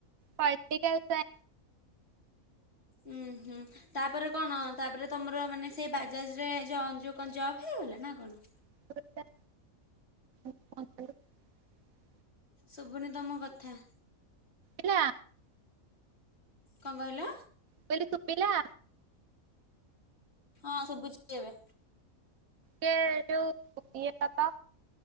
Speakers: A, on the right; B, on the left.
A: ପଲଟିକାଲ୍ ସା
B: ଉୁଁ ହୁଁ ତାପରେ କଣ ତାପରେ ତମର ମାନେ ସେଇ ବାଜାଜ୍ ରେ ଜଁ ଯୋଉ କଁ ଜବ୍ ହେଇଗଲା ନାଁ ନାଁ କଣ?
A: ସାଇନ୍ସ <inaudible>
B: ଶୁବୁନି ତମ କଥା।
A: ଇଲା
B: କଁ କହିଲ?
A: ମୁଁ ଅଇଲି ଶୁବିଲା?
B: ହଁ ଶୁବୁଚି ଏବେ।
A: ଇଏ ଯୋଉ ଇଏ ଟା ତ